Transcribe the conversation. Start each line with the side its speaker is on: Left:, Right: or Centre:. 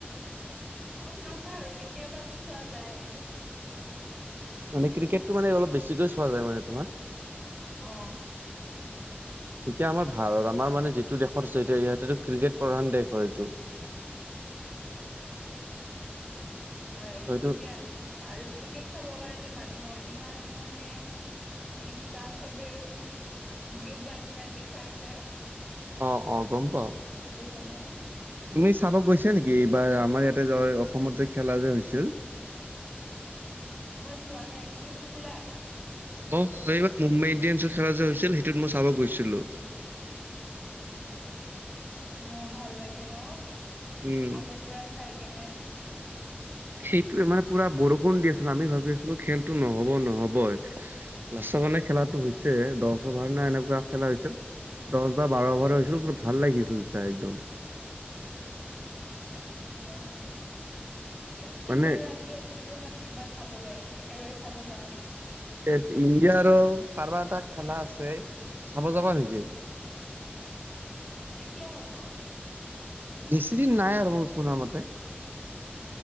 Centre: নাচায়ে আৰু কেতিয়াবাতো চোৱা যায়।
Right: মানে ক্ৰিকেটো মানে, অলপ বেছিকৈ চোৱা যায় মানে তোমাৰ।
Centre: অ,
Right: এতিয়া আমাৰ ভাৰত হ'ল, আমাৰ মানে যিটো দেশত আছে, এতিয়া ইহঁতে ক্ৰিকেট প্ৰধান দেশ হয় এইটো। <inaudible>
Centre: হয়,
Right: হয়টো
Centre: তেতিয়া আৰু ক্ৰিকেট চাব কাৰণে, মানুহৰ ইমান মানে ইচ্ছা চবে, গ্ৰুপ বান্ধি, বান্ধি, চাই যে।
Right: অ, অ, গম পাওঁ।
Centre: তোৰ ভাল নে?
Right: তুমি চাব গৈছা নেকি, এইবাৰ আমাৰ ইয়াতে যে, অসমত যে, খেলা যে হৈছিল?
Centre: মই যোৱা নাই, তুমি গৈছিলা?
Right: অ, এইবাৰ মুম্বাই ইণ্ডিয়ানছৰ খেলা যে হৈছিল, সেইটোত মই চাব গৈছিলো।
Centre: অ, ভাল লাগে ন,
Right: উম
Centre: আগৰ পৰা চাই কেনে।
Right: সেইটো মানে পুৰা, বৰষুণ দি আছিল, আমি ভাবি আছিলো খেলতো নহ'ব, নহ'বই। লাষ্টত মানে খেলাটো হৈছে, দহ অভাৰ নে, এনেকুৱা খেলা হৈছিল। দহ বা বাৰ অভাৰ হৈছিল, কিন্তু ভাল লাগিছিল চাই একদম।
Centre: অ, এইবাৰ
Right: মানে
Centre: আহিলে মোকো, মা তিবা, চাবলে একেলগে চাব যাম।
Right: তে, ইণ্ডিয়াৰো কাৰোবাৰ এটা খেলা আছে, চাব যাবা নেকি?
Centre: এতিয়া হ'ব?
Right: বেছিদিন নাই আৰু মই শুনা মতে।